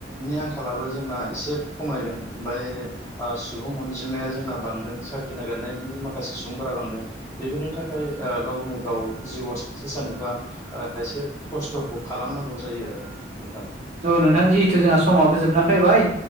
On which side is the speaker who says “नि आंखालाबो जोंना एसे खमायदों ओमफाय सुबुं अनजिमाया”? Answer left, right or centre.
Left